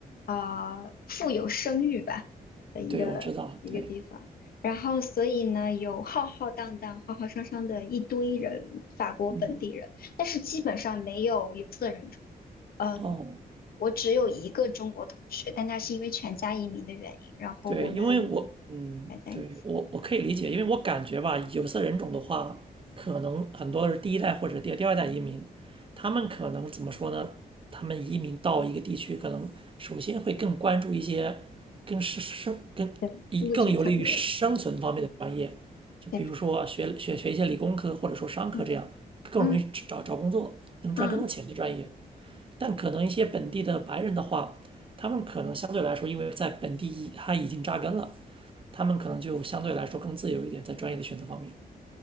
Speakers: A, on the left; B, on the right.
A: 呃富有声誉吧的一个一个地方，
B: 对，我知道，对，
A: 然后所以呢有浩浩荡荡、浩浩汤汤的一堆人，法国本地人，
B: 嗯，
A: 但是基本上没有有色人种，嗯。
B: 哦，
A: 我只有一个中国同学，但他是因为全家移民的原因，然后我们
B: 对，因为我，嗯，
A: 还在一起。
B: 对，我我可以理解，因为我感觉吧，有色人种的话，可能很多是第一代或者第第二代移民，他们可能怎么说呢？他们移民到一个地区，可能首先会更关注一些更是生更以更有利于生存方面的专业，
A: 对，物质层面
B: 就比如说学学学一些理工科或者说商科这样，
A: 变成嗯
B: 更容易找找工作，
A: 嗯
B: 能赚更多钱的专业。
A: 嗯，
B: 但可能一些本地的白人的话，他们可能相对来说，因为在本地已他已经扎根了，他们可能就相对来说更自由一点，在专业的选择方面。